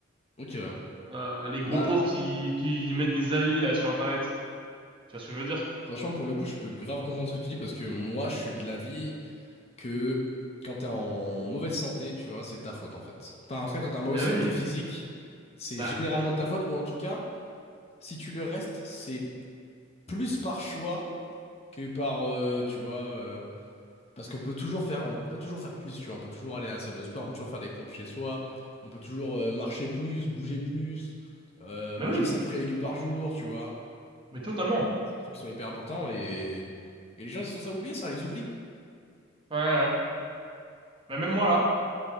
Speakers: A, on the left; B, on the right.
A: ok, ouais.
B: Euh, les gros
A: Bah,
B: porcs qui qui mettent des avis là sur Internet. Tu vois ce que je veux dire?
A: franchement, pour le coup, je peux grave comprendre ce que tu dis parce que moi, je suis de l'avis que quand t'es en mauvaise santé, tu vois, c'est ta faute, en fait. Enfin, en tout cas, quand t'es en mauvaise
B: Eh
A: santé
B: oui,
A: physique, c'est
B: bah,
A: généralement
B: euh,
A: de ta faute, ou en tout cas, si tu le restes, c'est plus par choix que par, euh, tu vois, euh, Parce qu'on peut toujours faire, on peut toujours faire plus, tu vois. On peut toujours aller à la salle de sport, on peut toujours faire des pompes chez soi, on peut toujours euh, marcher plus, bouger plus, euh,
B: mais
A: manger
B: oui,
A: 5 fruits et légumes par jour, tu vois.
B: mais totalement.
A: C'est des trucs qui sont hyper importants et, et les gens, ils sont censés oublier ça, ils oublient.
B: Ouais, ouais. Mais même moi là,